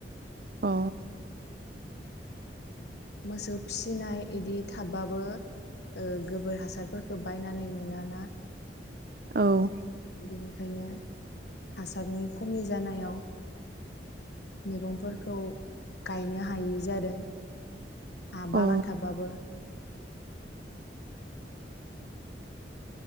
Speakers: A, on the right; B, on the left.
A: अ।
B: मोसौ फिसिनाय इदि थाबाबो ओ गोबोर हासारफोरखौ बायनानै मोनाना।
A: औ।
B: बेनिखायनो हासारनि खमि जानायाव मैगंफोरखौ गायनो हायै जादों। हा
A: औ
B: बागान थाबाबो।